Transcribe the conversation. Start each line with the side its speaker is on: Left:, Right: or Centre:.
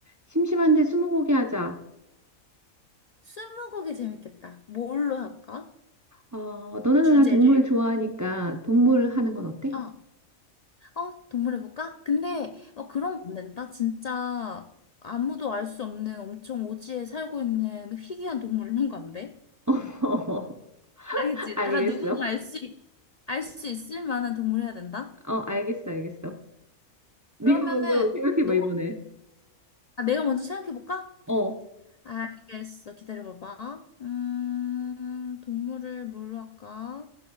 Right: 심심한데 스무고개 하자.
Left: 스무고개 재밌겠다. 뭘로 할까?
Right: 어, 너나
Left: 주제를?
Right: 나나 동물 좋아하니까 동물 하는 건 어때?
Left: 어, 어, 동물 해볼까? 근데 어, 그런 거 안 된다. 진짜 아무도 알 수 없는 엄청 오지에 살고 있는 희귀한 동물 이런 거 안 돼?
Right: <laughs> 어,
Left: 알겠지?
Right: 알겠어.
Left: 다 누구나 알 수, 알 수 있을 만한 동물 해야 된다?
Right: 어, 알겠어, 알겠어. 네가
Left: 그러면은
Right: 먼저 생각해봐,
Left: 너,
Right: 이번에.
Left: 아, 내가 먼저 생각해볼까?
Right: 어,
Left: 알겠어. 기다려봐봐. 음, 동물을 뭘로 할까?